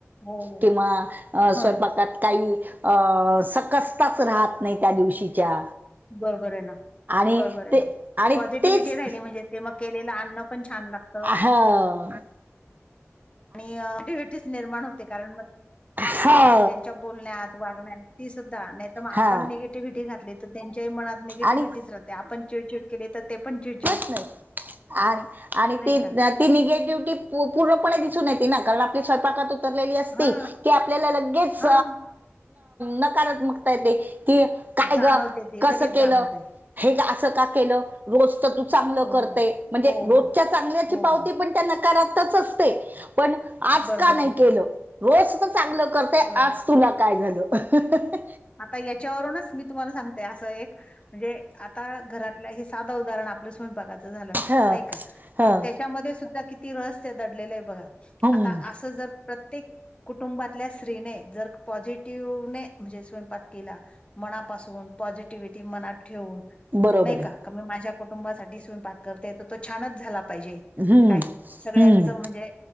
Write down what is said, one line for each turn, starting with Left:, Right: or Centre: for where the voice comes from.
Left: हो
Right: किंवा
Left: ह
Right: स्वयंपाकात काही अ सकसताच राहत नाही, त्या दिवशीच्या
Left: बरोबर आहे ना
Right: आणि
Left: बरोबर आहे.
Right: ते आणि
Left: पॉझिटिव्हटी
Right: तेच
Left: राहिली म्हणजे ते मग केलेलं आणणं पण छान लागत
Right: हा
Left: आणि म िबटीस निर्माण होते कारण मग,
Right: हा
Left: त्यांच्या बोलण्यात वागण्यात ती सुद्धा नाही तर मग आपण
Right: हा
Left: निगेटिव्हिटी घातली तर त्यांच्याही मनात निगेट
Right: आणि
Left: आपण चिडचिड केली तर ते पण चिड
Right: होत आणि -आणि <unintelligible>
Left: नाही का
Right: ती निगेटिव्हटी पूर्णपणे दिसून येते ना कारण आपली स्वयंपाकातून तरली अस
Left: हा
Right: की आपल्याला लगेच
Left: हा
Right: नकारमकता येते. कि काय
Left: जाणवते
Right: ग
Left: ते
Right: कस
Left: लगेच
Right: केल.
Left: जाणवते
Right: हे अस का केल रोज तर तू चांगल
Left: हो
Right: करते म्हणजे
Left: हो
Right: रोजच्या चांगल्याची
Left: हो
Right: पावती
Left: हो.
Right: पण नकारच असते पण आज
Left: बरोबर
Right: का नाही
Left: आहे ना
Right: केल रोज चांगल कर ते
Left: बरोबर
Right: आज तुला काय झाल. हाहाहाहाहा
Left: आता याच्यावरूनच मी तुम्हाला सांगते अस एक म्हणजे आता घरातल हे साध उदाहरण आपल्या स्वयंपाकच झाल
Right: ह
Left: नाही का
Right: ह
Left: पण त्याच्यामध्ये सुद्धा किती रहस्य दडलेल आहे बघा.
Right: हम्
Left: आता अस जर, प्रत्येक कुटुंबातल्या स्त्रीने जर पॉझिटिव्हने म्हणजे, स्वयंपाक केला मनापासून पॉझिटिव्हटी मनात ठेवून
Right: बरोबर
Left: नाही
Right: आहे
Left: का, क मी माझ्या कुटुंबासाठीच मी पाात करते तर तो छानच झाला पाहिजे.
Right: हम्म
Left: काय सगळ्यांचं
Right: हम्म
Left: म्हणजे